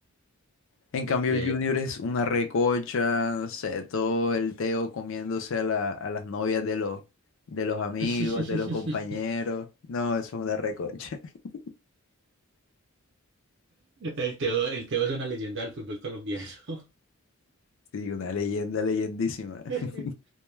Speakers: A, on the left; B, on the right.
A: En
B: ok.
A: cambio, el Junior es una recocha, no sé, todo el Teo comiéndose a, la- a las novias de los, de los amigos,
B: <laughs>
A: de los compañeros. No, eso es una recocha. <laughs>
B: El Teo, el Teo es una leyenda del fútbol colombiano.
A: Sí, una leyenda, leyendísima. <laughs>
B: <laughs>